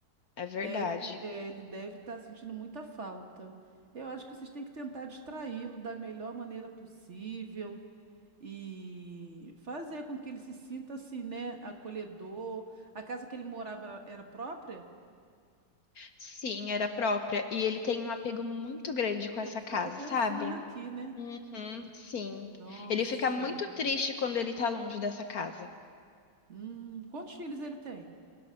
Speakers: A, on the left; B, on the right.
A: é verdade.
B: deve, é, ele deve estar sentindo muita falta. Eu acho que vocês têm que tentar distraí-lo da melhor maneira possível e fazer com que ele se sinta assim, né, acolhedor. A casa que ele morava era era própria?
A: Sim, era própria. E ele tem um apego muito grande com essa
B: É isso
A: casa,
B: que eu tô pensando
A: sabe?
B: aqui, né?
A: Uhum, sim.
B: Nossa.
A: Ele fica muito triste quando ele tá longe dessa casa.
B: Hum, quantos filhos ele tem?